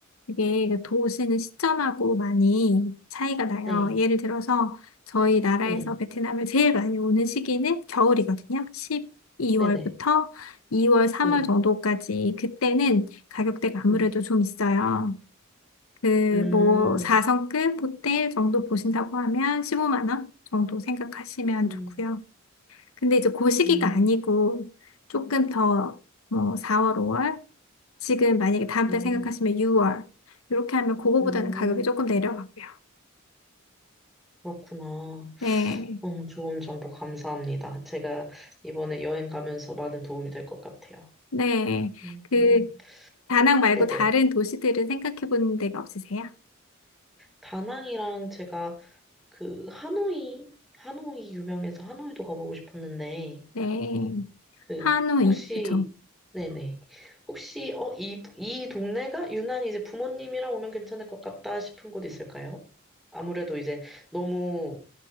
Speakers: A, on the left; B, in the centre.
A: 그게 그 도시는 시점하고 많이 차이가 나요.
B: 네,
A: 예를 들어서 저희 나라에서
B: 네,
A: 베트남을 제일 많이 오는 시기는 겨울이거든요. 12월부터
B: 네, 네, 네,
A: 2월, 3월
B: 네.
A: 정도까지 그때는 가격대가 아무래도
B: 음,
A: 좀 있어요. 그
B: 음,
A: 뭐 4성급 호텔 정도 보신다고 하면 15만 원 정도 생각하시면
B: 음,
A: 좋고요. 근데 이제 고 시기가
B: 음,
A: 아니고 조금 더 뭐 4월, 5월 지금 만약에 다음
B: 음,
A: 달 생각하시면 6월 이렇게 하면 그거보다는
B: 음.
A: 가격이 조금 내려가고요.
B: 그렇구나.
A: 네,
B: 음, 좋은 정보 감사합니다. 제가 이번에 여행 가면서 많은 도움이 될 것 같아요.
A: 네.
B: 음,
A: 그 다낭 말고
B: 네네.
A: 다른 도시들은 생각해 본 데가 없으세요?
B: 다낭이랑 제가 그 하노이, 하노이 유명해서 하노이도 가보고 싶었는데,
A: 네,
B: 그
A: 하노이
B: 혹시
A: 그쵸?
B: 네네 혹시 어 이 이 동네가 유난히 이제 부모님이랑 오면 괜찮을 것 같다 싶은 곳 있을까요? 아무래도 이제 너무